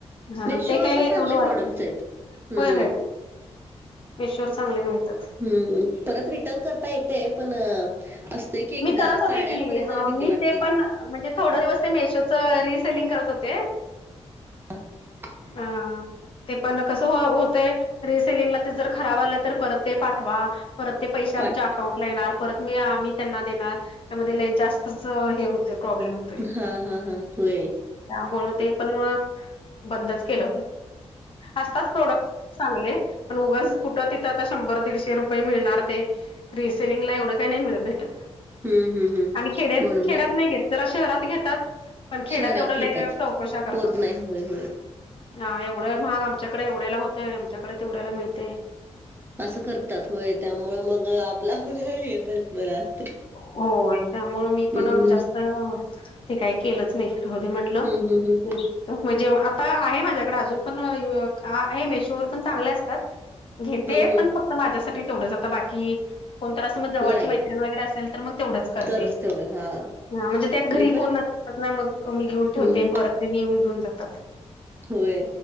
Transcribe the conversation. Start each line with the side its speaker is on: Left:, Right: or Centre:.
Left: हा
Right: मेशोवर
Left: ते काय
Right: पण
Left: एवढं
Right: चांगले
Left: वाटय
Right: प्रोडक्ट्स
Left: होय
Right: आहेत. हम्म
Left: मेश्वर चांगले मिळतात
Right: हम् परत रिटर्न करता येतय पण असतेय की एकदा
Left: मी करत होते
Right: साड्यांमध्ये
Left: की
Right: जरा
Left: हा
Right: भीती
Left: मी
Right: वाटते
Left: ते पण म्हणजे थोडा दिवस ते मेशोचं रिसेलिंग करत होते
Right: ह
Left: अ ते पण कस होतय रिसेलिंगला जर खराब आलं तर परत ते पाठवा परत ते पैसे आमच्या
Right: पाट
Left: अकाउंटला येणार परत मी आम्ही त्यांना देणार त्या जास्त होत प्रॉब्लेम होतो
Right: हा हा हा होय.
Left: त्यामुळं ते पण बंदच केलं असताच प्रोडक्ट चांगले पण उगंच कुठं तिथं आता शंभर दीडशे रुपये मिळणार ते रिसेलिंगला एवढं का नाही मि भेटत
Right: हम्म हम् हम्
Left: आणि खेड्यात
Right: म्हणून
Left: खेड्यात
Right: नाहीय
Left: नाही घेत जरा शहरात घेतात पण खेड्यात
Right: शहरात
Left: एवढ्या
Right: घेतात
Left: चौकशा करतात
Right: होत नाही होय होय
Left: हा एवढं महाग आमच्याकडे एवढ्याला होतंय आमच्याकडे तेवढ्याला मिळते
Right: असं करतात होय त्यामुळे मग आपला फ हे बरा असत
Left: होय त्यामुळे मी
Right: हम्म
Left: पण जास्त ते काय केलंच नाही राहदी म्हटलं
Right: हम्म हम्म हम्म
Left: नाही म्हणजे आता आहे माझ्याकडे अजून पण आहे मेशोवर पण चांगले असतात घेते
Right: हम्म हम्म
Left: पण फक्त माझ्यासाठी तेवढंच आ बाकी कोणत असं मग जवळची
Right: नाही
Left: मैत्रीिणी वगैरे अस तर मग तेवढच करते
Right: तरच तेवढं हा
Left: हा म्हणजे त्या घरी
Right: मी पण
Left: कोण नसतात ना मग मी घेऊन
Right: हम्म
Left: ठेवते परत त्यां येऊन घेऊन जातात
Right: होय